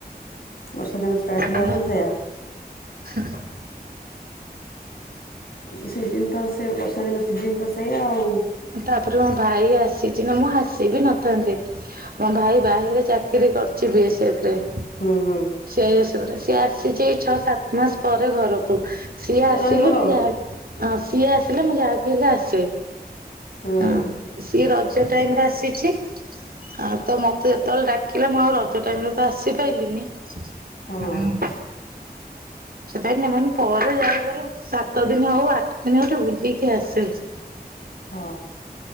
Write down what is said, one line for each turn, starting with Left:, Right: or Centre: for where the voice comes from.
Left: ବର୍ଷା ଦିନ ଷ୍ଟାର୍ଟ
Right: ଏଇଆ
Left: ହେଲା ମାନେ ସେୟା।
Right: <inaudible>
Left: ଏ ସିଜିିନ୍ ତ ସେ ବର୍ଷା ଦିନ ସିଜିିନ୍ ତ ସେୟା ଆଉ।
Right: ତାପରେ ମୋ ଭାଇ ଆସିଛି ନା ମୁଁ ଆସି ବିି ନଥାନ୍ତି। ମୋ ଭାଇ ବାହିରେ ଚାକିରୀ କରିଛି ବିଏସ୍ଏଫ ରେ।
Left: ହୁଁ, ହୁଁ।
Right: ସିଆଇଏସଏଫରେ ସିଏ ଆସିଛି ଏଇ ଛଅ ସାତ ମାସ ପରେ ଘରକୁ। ହୁଁ। ସିଏ
Left: ଟିକେ
Right: ଆସିଲେ
Left: ରହିବ ଆଉ।
Right: ମୁଁ ଯାହା ବି ହଁ ସିଏ ଆସିଲେ ମୁଁ ଯାହାବି ହେଲେ ଆସେ।
Left: ହୁଁ
Right: ହଁ। ସିଏ ରଜ ଟାଇମ୍ ରେ ଆସିଛି। ହଁ, ତ ମତେ ଯେତେବେଳେ ଡାକିଲା ମୁଁ ଆଉ ରଜ ଟାଇମ୍ ରେ ତ ଆସିପାଇଲିନି ହୁଁ।
Left: ହଁ <inaudible>
Right: ସେଥିପାଇଁ ନ ପରେ ଯାଇପାର ସାତ ଦିନ ହଉ ଆଠ ଦିନ ହଉ ଟିକେ ବୁଲିକି ଆସେ।
Left: ଅ।